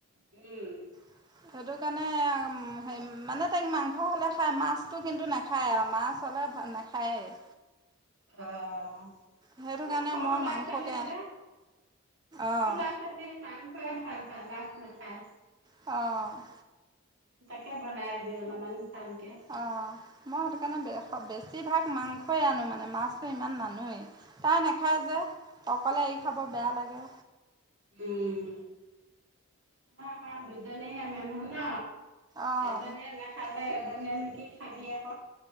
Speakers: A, on the right; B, on the right.
A: উম।
B: <inaudible> সেইটো কাৰণে হে মানে তাইক মাংস হ'লে খায়, মাছটো কিন্তু নাখায় আৰু মাছ হ'লে নাখায়। খায়ইয়ে।
A: অ'
B: সেইটো কাৰণে
A: এই সৰু
B: মই
A: লৰা-ছোৱালী
B: মাংসকে
A: যে সৰু
B: অঁ
A: লৰা সৰু লৰা-ছোৱালী মাংসই ভাল পায়। নাখায়।
B: অ'।
A: তাকে বনাই দিবি অলমান ভালকে।
B: অঁ মই সেইটো কাৰণে বেছিভাগ মাংসই আনো, মানে মাছটো ইমান নানোৱেই। তাই নাখায় যে, অকলে এৰি খাব বেয়া লাগে।
A: উম। <unintelligible> দুজনীহে মানুহ ন,
B: অঁ
A: এজনীয়ে নাখ খালে এজনীয়েনো কি খাবি আক।